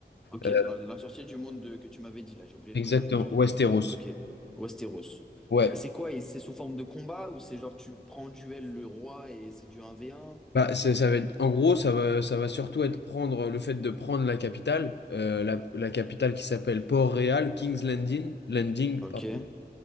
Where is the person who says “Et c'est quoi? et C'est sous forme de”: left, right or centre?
Centre